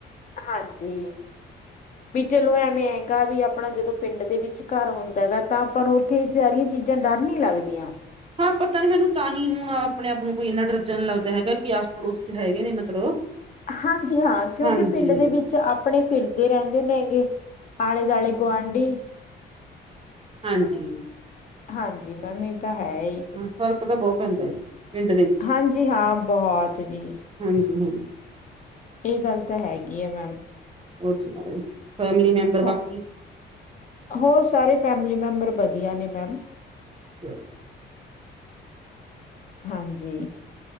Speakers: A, on the left; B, on the right.
A: ਹਾਂਜੀ!
B: <inaudible>
A: ਵੀ ਚਲੋ ਐਵੇਂ ਹੈਗਾ ਵੀ ਆਪਣਾ ਜਦੋਂ ਪਿੰਡ ਦੇ ਵਿੱਚ ਘਰ ਹੁੰਦਾ ਹੈਗਾ ਤਾਂ ਆਪਾਂ ਨੂੰ ਉੱਥੇ ਜੇਰੀ ਚੀਜ਼ਾਂ ਡਰ ਨੀ ਲੱਗਦੀਆਂ।
B: ਹਾਂ! ਪਤਾ ਨੀ ਮੈਨੂੰ ਤਾਂ ਹੀ ਹੁਣ ਆਪਣੇ ਆਪ ਨੂੰ ਕੋਈ ਇੰਨਾ ਡਰ ਜਾ ਨਹੀਂ ਲੱਗਦਾ ਹੈਗਾ ਕਿ ਆਸ ਪੜੋਸ 'ਚ ਹੈਗੇ ਨੇ ਮਤਲਬ
A: ਹਾਂਜੀ! ਹਾਂ! ਕਿਉਂਕਿ
B: ਹਾਂਜੀ
A: ਪਿੰਡ ਦੇ ਵਿੱਚ ਆਪਣੇ ਫਿਰਦੇ ਰਹਿੰਦੇ ਨੇ ਗੇ ਆਲੇੇ ਦੁਆਲੇੇ ਗੁਆਂਢੀ
B: ਹਾਂਜੀ।
A: ਹਾਂਜੀ ਮੈਮ ਇਹ ਤਾਂ ਹੈ ਜੀ।
B: ਹਾਂ! ਫਰਕ ਤਾਂ ਬਹੁਤ ਪੈਂਦਾ ਹੈ ਜੀ। ਪਿੰਡ ਦੇ
A: ਹਾਂਜੀ! ਹਾਂ! ਬਹੁਤ ਜੀ।
B: ਹਾਂਜੀ-ਹਾਂਜੀ।
A: ਇਹ ਗੱਲ ਤਾਂ ਹੈਗੀ ਐ ਮੈਮ
B: ਹੋਰ ਸੁਣਾਓ? ਫੈਮਲੀ ਮੈਂਬਰ ਬਾਕੀ
A: ਹੋ ਹੋਰ ਸਾਰੇ ਫੈਮਿਲੀ ਮੈਂਬਰ ਵਧੀਆ ਨੇ ਮੈਮ
B: <inaudible>
A: ਹਾਂਜੀ,